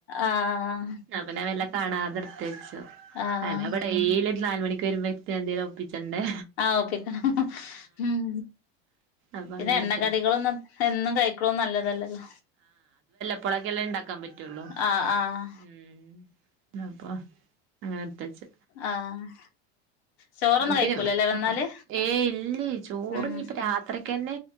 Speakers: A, on the left; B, on the right.
A: ആഹ്
B: അപ്പ ഞാൻ മെല്ലെ കാണാതെ എടുത്ത് വച്ചു
A: ആഹ്
B: അല്ലാ ഡെയ്ലി ഒരുനാല് മണിക്ക് വരുമ്പോ എന്തേലും ഒപ്പിച്ചൊണ്ടെ
A: ആഹ് ഓക്കെ ഉം
B: അപ്പൊ
A: പിന്നെ
B: അങ്ങനെ
A: എണ്ണ
B: ഇട്ത്തെച്ചു
A: കറികളൊന്നും എന്നും കഴിക്കണ നല്ലതല്ലല്ലോ
B: ഇപ്പോളെക്കെല്ലെ ഉണ്ടാക്കാൻ പറ്റുള്ളൂ
A: ആഹ് ആഹ്
B: ഉം <unintelligible> അങ്ങനെടുത്ത് വച്ച്
A: ആഹ് ചോറൊന്നും
B: <unintelligible>
A: കഴിക്കൂലല്ലേ വന്നാല്
B: ഏയ് ഇല്ലേ ചോറ്
A: ഉം
B: ഇനിയിപ്പം രാത്രിക്ക് തന്നെ